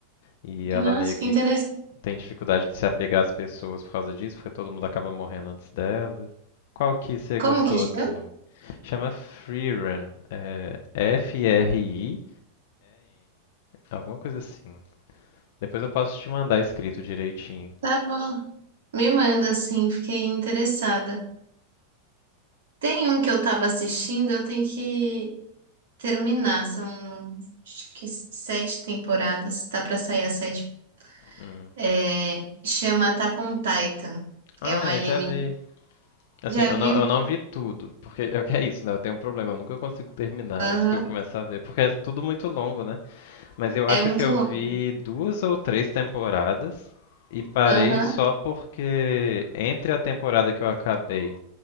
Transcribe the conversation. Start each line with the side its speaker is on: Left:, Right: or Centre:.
Left: E
Right: Nossa,
Left: ela meio que
Right: que interessante.
Left: tem dificuldade de se apegar às pessoas por causa disso, porque todo mundo acaba morrendo antes dela. Qual que você gostou
Right: Como que chama?
Left: assim? Chama Freerun, é F-R-I-E-N, alguma coisa assim. Depois eu posso te mandar escrito direitinho.
Right: Tá bom. Me manda, assim, fiquei interessada. Tem um que eu tava assistindo, eu tenho que terminar. São, acho que sete temporadas, tá pra sair a sétima.
Left: Hum.
Right: É, chama Attack on Titan.
Left: Ah,
Right: É um
Left: é,
Right: anime.
Left: já vi. Assim,
Right: Já
Left: eu não,
Right: viu?
Left: eu não vi tudo, porque <laughs> é o que é isso, né? Eu tenho um problema, eu nunca consigo terminar
Right: Aham.
Left: os que eu começar a ver, porque é tudo muito longo, né? Mas eu
Right: É
Left: acho
Right: muito
Left: que eu
Right: longo.
Left: vi duas ou três temporadas e parei
Right: Aham,
Left: só porque entre a temporada que eu acabei